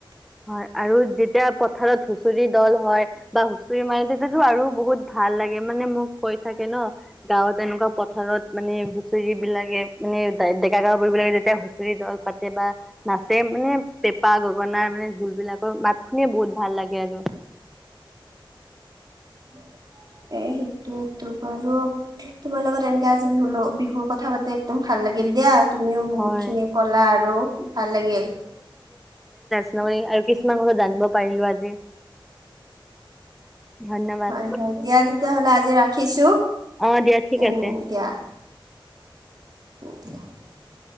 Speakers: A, in the centre; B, on the right.
A: হয়, আৰু যেতিয়া পথাৰত হুচৰি দল হয়, বা হুচৰি মাৰে তেতিয়াটো আৰু বহুত ভা ভাল লাগে, মানে মোক কৈ থাকে ন' গাঁৱত এনেকুৱা পথাৰত মানে হুচৰিবিলাকে মানে ডে-ডেকা গাভৰুবিলাকে যেতিয়া হুঁচৰি দল পাতে বা নাচে মানে পেঁপা, গগনা ঢোলবিলাকৰ মাত শুনিয়ে বহুত ভাল লাগে আৰ।
B: <inaudible> এ সেটো এটো বাৰু তোমাৰ লগত এনেকে আজি বিহু বিহুৰ কথা পাতি একদম ভাল লাগ গিল দিয়া তুমিও বহুতখিনি
A: হয়
B: ক'লা আৰু ভাল লাগিল।
A: নগৰীকা আৰু কিছুমান কথা জানিব পাৰিলো আজি। ধন্যবাদ
B: হয় হয় দিয়া তেতিয়া হ'লে আজি ৰাখিছো,
A: অ দিয়া ঠিক
B: উম
A: আছে
B: দিয়া। <inaudible>